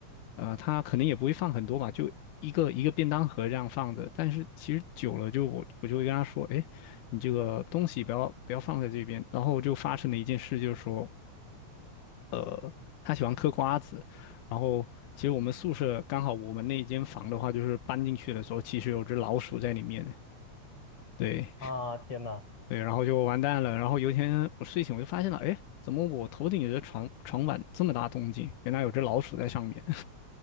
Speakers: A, on the left; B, on the left.
A: 呃，他可能也不会放很多吧，就一个一个便当盒这样放着。但是其实久了就，我我就会跟他说，哎，你这个东西不要不要放在这边。然后就发生了一件事，就是说，呃，他喜欢嗑瓜子，然后其实我们宿舍刚好我们那一间房的话，就是搬进去的时候，其实有只老鼠在里面。对，
B: 啊，天呐，
A: 对，然后就完蛋了。然后有一天我睡醒，我就发现了，哎，怎么我头顶的床床板这么大动静？原来有只老鼠在上面。